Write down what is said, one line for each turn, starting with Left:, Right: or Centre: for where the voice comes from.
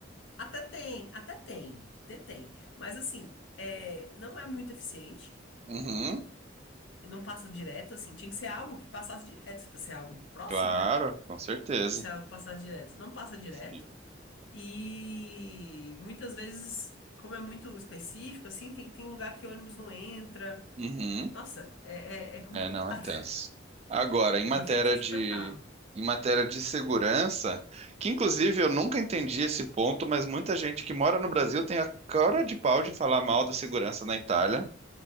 Left: Até tem, até tem, até tem. Mas assim, é, não é muito eficiente,
Right: Uhum,
Left: não passa direto, assim, tinha que ser algo que passasse direto, pra ser algo próximo,
Right: claro,
Left: né?
Right: com certeza.
Left: Tinha que ser algo que passasse direto. Não passa direto,
Right: Sim.
Left: e muitas vezes, como é muito específico, assim, tem, tem lugar que ônibus não entra.
Right: Uhum.
Left: Nossa, é, é, é complicado.
Right: É, não, é tenso.
Left: <laughs>
Right: Agora, em matéria
Left: É, foi feito tipo
Right: de,
Left: pra carro.
Right: em matéria de segurança, que inclusive eu nunca entendi esse ponto, mas muita gente que mora no Brasil tem a cara de pau de falar mal da segurança na Itália.